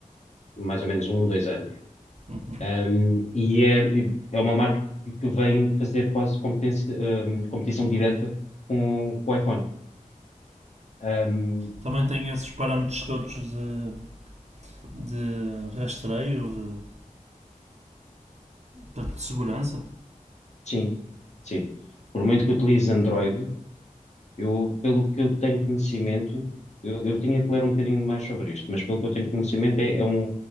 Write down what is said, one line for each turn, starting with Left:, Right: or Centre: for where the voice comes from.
Left: mais ou menos um, dois anos.
Right: Uhum.
Left: Um, e é, é uma marca que que vem fazer quase competência, um, competição direta com, com o iPhone. Um,
Right: Também tem esses parâmetros todos de, de rastreio, de, de, de segurança.
Left: sim, sim. Por muito que utilize Android, eu, pelo que eu tenho conhecimento, eu, eu tinha que ler um bocadinho mais sobre isto, mas pelo que eu tenho conhecimento, é, é um,